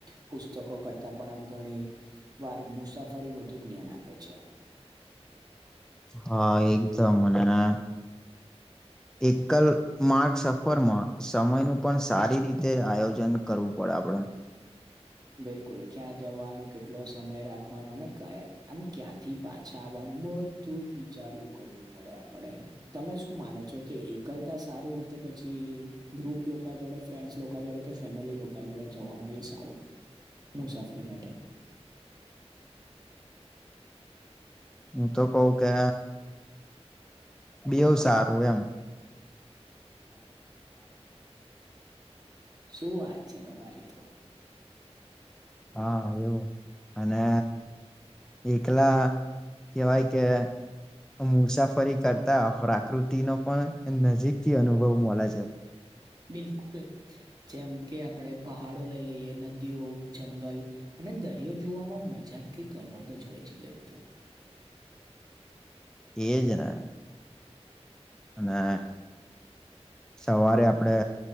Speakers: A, on the right; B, in the centre.
A: પુસ્તકો કરતાં પણ આમ ઘણી વાર મુસાફરી વધુ જ્ઞાન આપે છે.
B: હા એકદમ અને એકલ માર્ગ સફરમાં સમયનું પણ સારી રીતે આયોજન કરવું પડે આપડે. <inaudible>
A: બિલકુલ ક્યાં જવાનું, કેટલો સમય રાખવાનો અને ક્યાં આમ ક્યાંથી પાછા આવવાનું બડ ધું જ વિચારો કરવું પડે આપડે. તમે શું માનો છો કે એકલતા સારું કે પછી ગ્રુપ લોકા જોડે ફ્રેન્ડસ લોકો જોડે કે ફેમિલી લોકો જોડે જવાનું એ સારું મુસાફરી માટે
B: હું તો કેવ કે
A: <inaudible>
B: બેવુ સારું એમ <unintelligible>
A: શું વાત છે તમારી તો
B: હા એવું અને એકલા કેવાય કે મુસાફરી કરતા પ્રકૃતિ નો પણ નજીક થી અનુભવ મલે છે
A: બિલકુલ જેમ કે આપડે પહાડો લઈ લઈએ નદીઓ જંગલ અને દરિયો જોવામાં મજા જ કંઈક અલગ જ હોય છે તેની તો
B: એજને અને સવારે આપડે